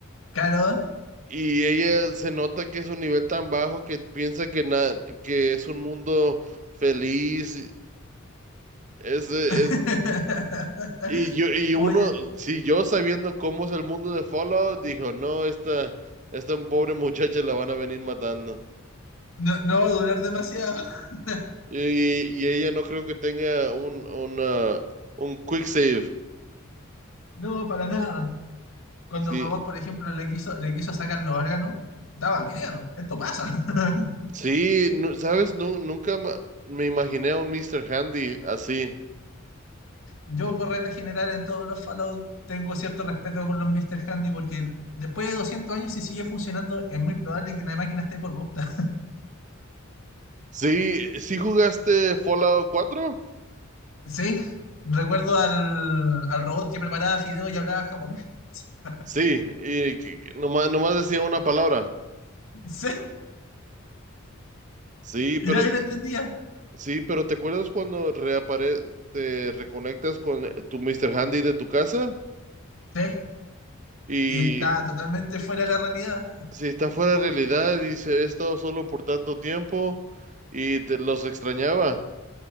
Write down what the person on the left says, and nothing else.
claro,
<laughs>
como
que
no, no va a durar demasiado. <laughs>
No, para nada. Cuando
el robot, por ejemplo, le quiso, le quiso sacar los órganos, daba miedo. Esto pasa. <laughs>
Yo, por regla general, en todos los Fallout tengo cierto respeto por los Mr. Handy porque después de 200 años, si sigue funcionando, es muy probable que una máquina esté corrupta.
Sí, recuerdo al, al robot que preparaba fideos y hablaba japonés. <laughs>
Sí,
y nadie lo entendía.
Sí,
y está totalmente fuera de la realidad.